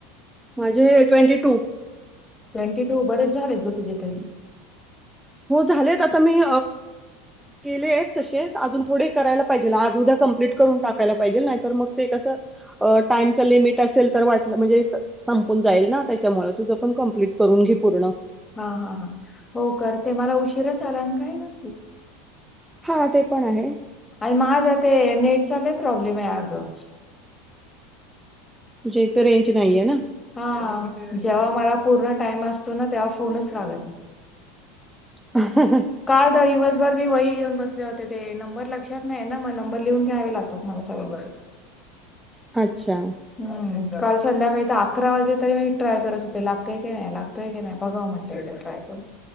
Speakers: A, in the centre; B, on the left.
A: माझे ट्वेंटी टू
B: ट्वेंटी टू बरेचं झालेतं गं तुझें तरी.
A: हो झालेतं आता मी. केले आहेत तसे अजून थोडे केले केले तसें करायंला पाहिजे आज उद्या ते कंप्लीट करून टाकांयला पाहिजे नाहीं तरं मगं ते कसं. टाईमचा लिमिट असेलं तरं वाटलं म्हणजे असं. संपून जाईल नां त्यांच्यामुळे तुझं पणं कंप्लीट करूंन घे पूर्ण.
B: हां हां हां हो करते मला उशीरांच आलान कायंग.
A: हां ते पणं आहे.
B: आणि माझं ते नेटचा लयं प्रॉब्लेम आहे अगं.
A: तुझ्यां ईथे रेंज नाही आहे नां.
B: हां जेंव्हा मला पूर्ण टाईम असतो नां तेंव्हा फोनचं लागतं नाहीं.
A: ह <unintelligible>
B: काल दिवसंभर मी वही घेऊन बसले होतें. तरं ते नंबर लक्षांत नाहीं नां मगं नंबर लिहून घ्यावें लागतांत मला सगळ्यांचे.
A: अच्छा!
B: हम्मं काल संध्याकाळी तरं अकरा वाजले तरी मी ट्राय करतं होते लागतेय की नाहीं लागते. होतेकी नाही बघा म्हटलं एकदा ट्राय करूंन.